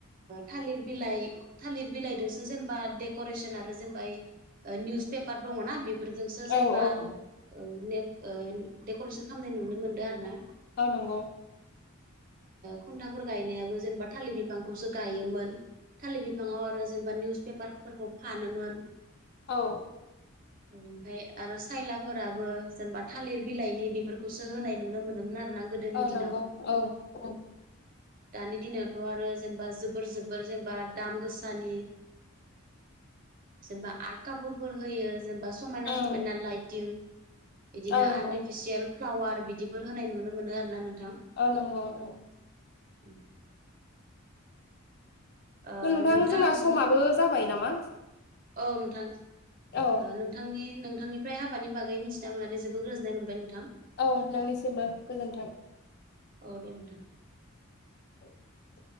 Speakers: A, on the right; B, on the left.
A: थालिर बिलाइ थालिर बिलाइदोंसो जेनेबा देक'रेसन आरो जेनेबा निउस पेपार दङना बेफोरजोंसो
B: औ
A: जेनेबा
B: औ
A: औ ने दडेक'रेसन खालामनाय नुनो मोनदों आरो ना
B: औ नोंगौ
A: खन्थाफोर गायनायाबो जेनेबा थालिर बिफांखौसो गायोमोन थालिर बिफाङाव आरो जेनेबा निउस पेपारफोरखौ फानोमोन
B: औ
A: ओमफ्राय आरो सायला फोराबो जेनेबा थालिर बिलाइनि बेफोरखौसो होनाय नुनो मोनोमोन आरो ना गोदोनि
B: औ
A: दिनाव
B: नंगौ औ औ
A: दानि दिनावथ' आरो जेनेबा जोबोर जोबोर जेनेबा दाम गोसानि जेनेबा आर कपुरफोर होयो जेनेबा समायना
B: उम
A: समायना लाइटिं बिदिनो
B: औ नंगौ
A: आर्टिफिसियेल फ्लावार बिदिफोर होनाय नुनो मोनो आरो ना नोंथां
B: औ नंगौ नं
A: उम ओ
B: नोंथां जोंना
A: जों
B: समाबो जाबाय नामा
A: औ नोंथां
B: औ
A: नोंथांनि नोंथांनिफ्राय हाबानि बागै मिथिना मोननानै जोबोद गोजोननाय मोनबाय नोंथां
B: औ नोंनिसिमबो गोजोन्थों
A: औ दे नोंथां
B: <inaudible>